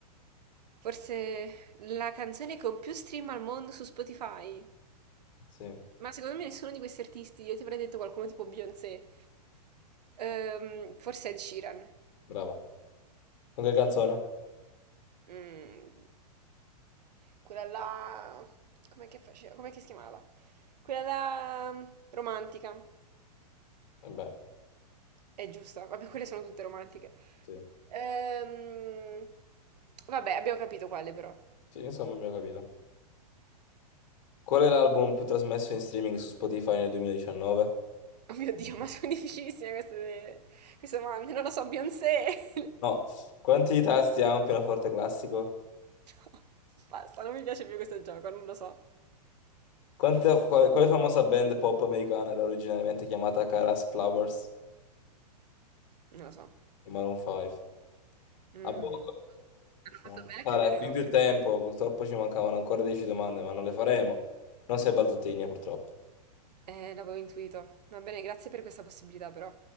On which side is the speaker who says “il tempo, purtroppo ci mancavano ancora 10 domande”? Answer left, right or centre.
Left